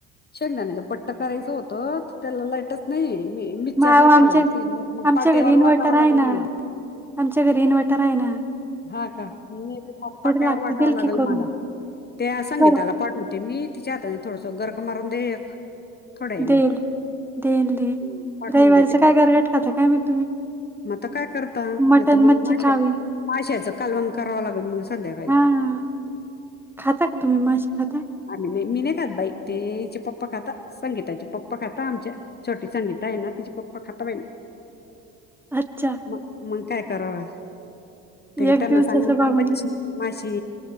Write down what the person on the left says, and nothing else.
शेंगदाण्याच बट्ट करायचं होतं त्याला लाईटच नाही मी मिक्चरला
फिरवायचं आहे मग
पाटेवर
वाटावं
लागेल
मला.
हा का मी येते मग पाट्यावर
वाटावं
लागेल
मला त्या संगीताला
पाठवते मी तिच्या हातानि थोडस गरक मारून दे एक. थोड्या याने
हं, पाठवून
म आता काय करता?
नाही तर मग
माश्या
माश्याचं कालवण करावं लागेल मग. संध्याकाळी.
हं.
आम्ही नाही. मी नाही खात बाई. ते हिचे पप्पा खाता. संगीताचे पप्पा खाता आमच्या. छोटी संगीता आहे ना? तिचे पप्पा खाता बाई.
मग. मग काय करावा? ते
त्यांना
सांगाल
मच्छी. माशी,